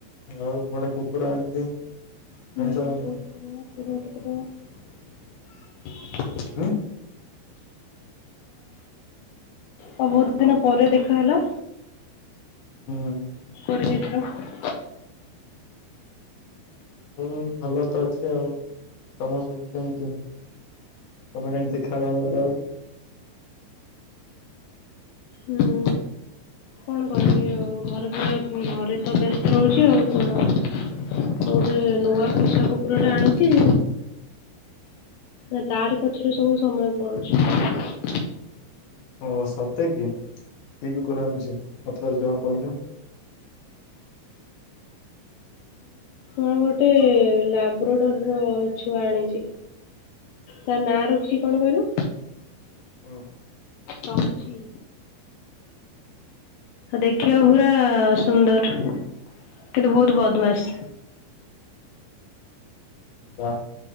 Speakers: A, on the left (about 65°); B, on the left (about 80°).
A: ଆଉ ଗୋଟେ କୁକୁର ଆଣିଛି।
B: <unintelligible>
A: ଜାଣିଛ ନା ନାଇଁ? ହୁଁ।
B: ହଁ <inaudible> ପରେ ଦେଖା ହେଲା
A: ହୁଁ।
B: <inaudible>
A: ମୁଁ ଭଲ ତ ଅଛି ଆଉ, ତମର ସବୁ କେମ୍ତି? ତମେ କାଇଁ ଦେଖାଯାଉନ <unintelligible>
B: ହୁଁ। କଣ କରିବି ଆଉ ଘରେ ପୁରା ଘରେ ତ ବ୍ୟସ୍ତ ରହୁଚି ଆଉ କଣ ମୁଁ ଗୋଟେ ନୂଆ ପୋଷା କୁକୁର ଟା ଆଣିଚି ନା ତାରି ପଛରେ ସବୁ ସମୟ ପଳଉଚି।
A: ଓହୋ ସତେ କି, କି କୁକୁର ଆଣିଚୁ ମତେ ତ ଜମା କହିନୁ?
B: ହଁ ଗୋଟେ ଲାବ୍ରଡୋର୍ ର ଛୁଆ ଆଣିଚି। ତା ନାଁ ରଖିଚି କଣ କହିଲ?
A: ହଁ
B: ଟ୍ରଫି ଆଉ ଦେଖିବାକୁ ପୁରା ସୁନ୍ଦର୍ କିନ୍ତୁ ବହୁତ୍ ବଦମାସ୍।
A: ତା